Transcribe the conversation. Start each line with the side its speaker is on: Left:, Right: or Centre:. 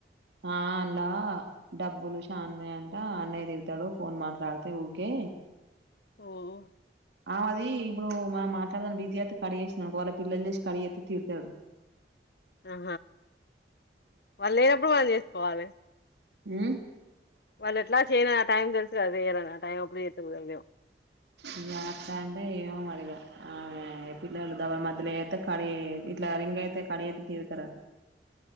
Right: ఆ అన్ల డబ్బులు చానే అంట అన్నయ్య తిడు తడు ఫోన్ మాట్లాడితే ఊకే
Left: ఓహ్
Right: ఆ అది ఇప్పుడు మనం మాట్లాడతాంటె బిజీ అత్తే కడిచేసిననుకో ఆళ్ళ పిల్లలు చేసి కడిచేతే తీడుతడు
Left: ఆ వాళ్ళు లేనప్పుడు మనం చేసుకోవాలే
Right: హ
Left: వాళ్ళు ఎట్లా చేయను ఆ టైం తెలుసు అదే కదా ఆ టైం అప్పుడు చేతే కుదర్దేమో
Right: ఇగ అట్ట అంటే ఏమో మరిగా ఆమే పిల్లలు దబన మార్ ఇది ఎలా చేస్త కట్ అయి ఇట్లా రంగ ఏతే కట్ చేస్తే తీరుతడి అంటా.